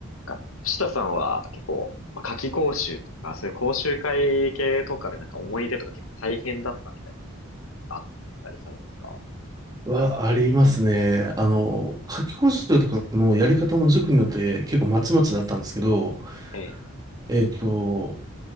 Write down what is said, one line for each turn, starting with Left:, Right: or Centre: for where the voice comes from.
Left: なんか藤田さんは結構、まあ、夏期講習とか、そういう講習会系とかでなんか思い出とか結構大変だったみたいなのがあったりされますか
Right: はありますね。あの、夏期講習とかのやり方も塾によって結構まちまちだったんですけど、
Left: ええ、
Right: えっと、